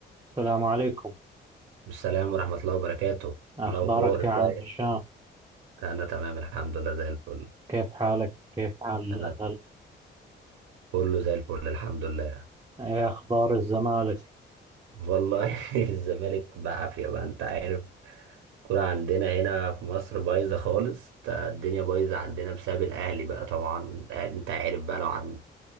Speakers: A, on the right; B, on the right.
A: السلام عليكم
B: السلام ورحمة الله وبركاته
A: أخبارك
B: الأخبار ازيك؟
A: يا عم هشام
B: أنا تمام الحمد لله زي الفل
A: كيف حالك كيف حال الأهل
B: أنا ت- كله زي الفل الحمد لله
A: إيه أخبار الزمالك
B: والله <laughs> الزمالك بعافية بقى أنت عارف الكورة عندنا هنا في مصر بايظة خالص تا- الدنيا بايظة عندنا بسبب الأهلي بقى طبعا الأهلي أنت عارف بقى لو عن